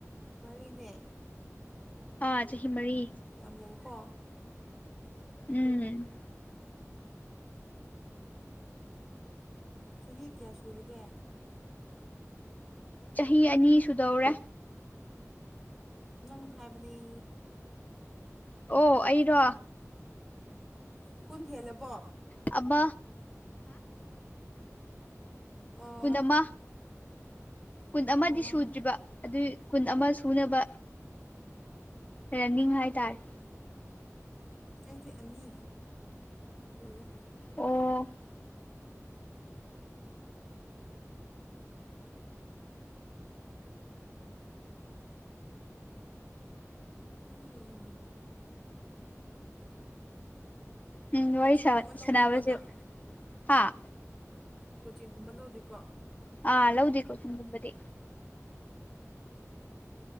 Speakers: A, in the centre; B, on the left.
A: ꯃꯔꯤꯅꯦ
B: ꯑꯥ ꯆꯍꯤ ꯃꯔꯤ
A: ꯌꯥꯝ ꯂꯩꯌꯦꯀꯣ
B: ꯎꯝ
A: ꯆꯍꯤ ꯀꯌꯥ ꯁꯨꯔꯒꯦ꯫
B: ꯆꯍꯤ ꯑꯅꯤ ꯁꯨꯗꯧꯔꯦ꯫
A: ꯅꯪ ꯍꯥꯏꯕꯅꯤ꯫
B: ꯑꯣ ꯑꯩꯔꯣ꯫
A: ꯀꯨꯟ ꯍꯦꯜꯂꯕꯣ꯫
B: ꯑꯃꯥ꯫
A: ꯑꯣ
B: ꯀꯨꯟ ꯑꯃ ꯀꯨꯟ ꯑꯃꯗꯤ
A: ꯑꯣ
B: ꯁꯨꯗ꯭ꯔꯤꯕ ꯑꯗꯨꯏ ꯀꯨꯟ ꯑꯃ ꯁꯨꯅꯕ꯫ ꯔꯦꯅꯤꯡ ꯍꯥꯏꯇꯥꯔꯦ꯫
A: ꯑꯩꯗꯤ ꯑꯅꯤ ꯁꯨꯔꯦ꯫
B: ꯑꯣ꯫
A: ꯎꯝ
B: ꯎꯝ
A: ꯀꯣꯆꯤꯡꯒꯨꯝꯕ
B: ꯋꯥꯔꯤ ꯁꯥ
A: ꯂꯧꯗꯦꯀꯣ
B: ꯁꯅꯥꯕꯁꯦ
A: ꯅꯪ
B: ꯍꯥꯥ꯫
A: ꯀꯣꯆꯤꯡꯒꯨꯝꯕ ꯂꯧꯗꯦꯀꯣ꯫
B: ꯑ ꯂꯧꯗꯦ ꯀꯣꯆꯤꯡꯒꯨꯝꯕꯗꯤ꯫